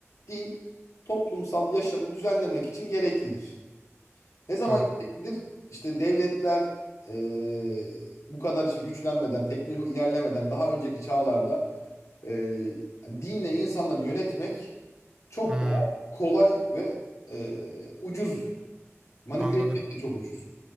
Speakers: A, on the left; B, on the right.
A: din toplumsal yaşamı düzenlemek için gereklidir. Ne zaman
B: doğru.
A: gereklidir? İşte devletler eee, bu kadar işte güçlenmeden, teknolojik ilerlemeden daha önceki çağlarda eee, dinle insanları yönetmek çok
B: Hı,
A: daha kolay ve eee, ucuz. Manipüle
B: anladım.
A: etmek de çok ucuz.